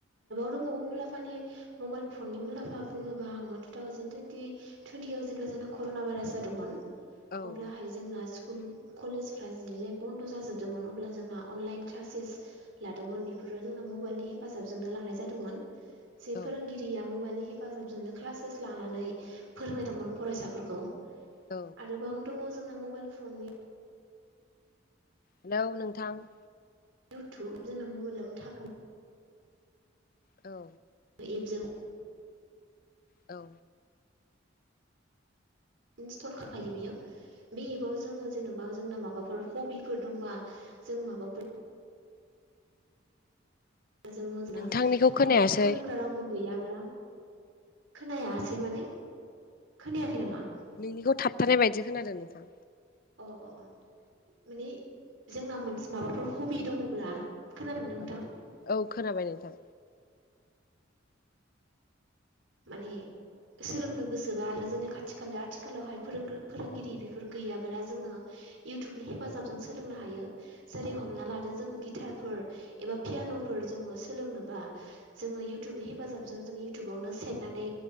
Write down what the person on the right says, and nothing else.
<unintelligible> मुलाम्फानि मबाइल फननि मुलाम्फा बुङोब्ला आङो टु थावजेन टुइनटि टुइनटि आव जेब्ला जों ना करना भाइरास जादोंमोन
अब्लाहाय जोंना स्कुल कलेज फ्रा जे बन्द' जाजोबदोंमोन अब्ला जोंना अनलाइन क्लासेस लादोंमोन बेफोराव जोंना मबाइलनि हेफा जाबजोंनो लानाय जादोंमोन जे
फोरोंगिरिया मबाइलनि हेफाजाबजोंनो क्लासेस लानानै फोरोंदोंमोन फरायसाफोरखौ
आरो गोबां दङ जोंना मबाइल फननि
इउटुब जोंना मबाइलावनो थाखाय
एबजों
इनस्टल जाखायो बियो बे एपाव जोङो जेन'बा जोंना माबाफोर हबिफोर दंबा जों माबाफोर जों मोजां
आरो बेखौ फोरोंग्रा रावबो गैयाब्ला खोनायासै माने खोनायाखै नामा?
अ अ अ माने जोंना मोन्स माबाफोर हबि दङब्ला खोनादोंना नोंथां
माने सोलोंनो गोसोबा आरो जोंनि खाथि- खाला आथिखालावहाय फोरों फोरोंगिरि बेफोर गैयाब्ला जोङो इउटुबनि हेफाजाबजों सोलोंनो हायो जेरै हमना लादो जोङो गिटारफोर एबा पियान' -फोर जोंड़ो सोलोंनोबा जोङो युथुबनि हेफाजाबजों जों युथुब आवनो सेरनानै